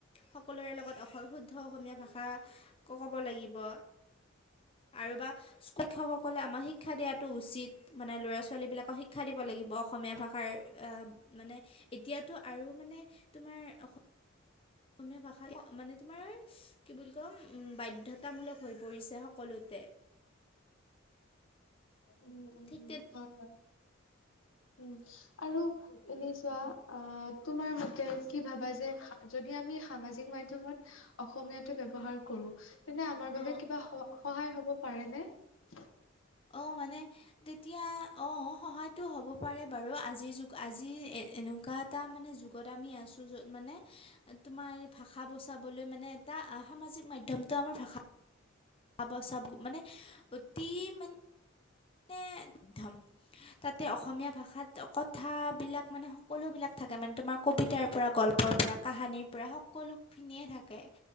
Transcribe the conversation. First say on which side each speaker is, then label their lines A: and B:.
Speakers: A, on the left (about 30°); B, on the left (about 80°).
A: সকলোৰে লগত শুদ্ধ অসমীয়া ভাষা ক'ব লাগিব। অ আৰু বা শিক্ষকসকলে আমাক শিক্ষা দিয়াটো উচিত মানে ল'ৰা ছোৱালী বিলাক শিক্ষা দিব লাগিব অসমীয়া ভাষাৰ মানে এতিয়াতো আৰু মানে তোমাৰ অসমীয়া ভাষা মানে তোমাৰ কি বুলি কম। বাধ্যতামূলক হৈ পৰিছে সকলোতে
B: উম উম
A: ঠিক তেনে
B: হয় হয় উম আৰু এনে চোৱা অ তোমাৰ ম কি ভাবা যে যদি আমি সামাজিক মাধ্যমত অসমীয়াটো ব্যৱহাৰ কৰো। তেনে আমাৰ
A: অ',
B: বাবে কিবা স সহায় হ'ব পাৰে ন
A: অ মানে তেতিয়া অ সহায়তো হ'ব পাৰে বাৰু আজিৰ যুগ আজি এ এনেকুৱা এটা মানে যুগত আমি আছোঁ য'ত মানে তোমাৰ ভাষা বচাবলৈ মানে এটা সামাজিক মাধ্যমটো আমাৰ ভাষা আ চব মানে অতি মানে মে ধ তাতে অসমীয়া ভাষাত কথাবিলাক মানে সকলো বিলাক থাকে মানে তোমাৰ কবিতাৰ পৰা গল্প পৰা কাহানিৰ পৰা সকলোখিনিয়ে থাকে